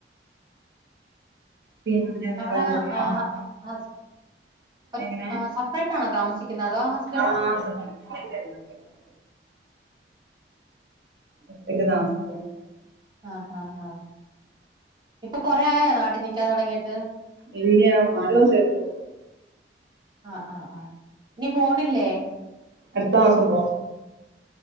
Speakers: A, on the right; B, on the right.
A: പിന്നെ വേറെന്തൊക്കെയാണ്
B: അവിടെ എഹ് ഹസ് ഒറ്റ
A: എങ്ങനെ
B: സപ്റൈറ്റാണോ താമസിക്കുന്നത് അതോ ഹസ്
A: ആഹ് സപ്രേറ്റന്നെണ് താമസിക്കുന്നെ ഒറ്റക്ക് താമസിക്കാണ്
B: ആഹ് ആഹ് ആഹ് ഇപ്പോ കൊറേ ആയോ നാട്ടിൽ നിക്കാൻ തൊടങ്ങീട്ട്.
A: ഇല്ല്യ നാല് മാസായിട്ടൊള്ളു.
B: ആഹ് ആഹ് ആഹ് നി പോണില്ലേ
A: അടുത്ത മാസം പോണം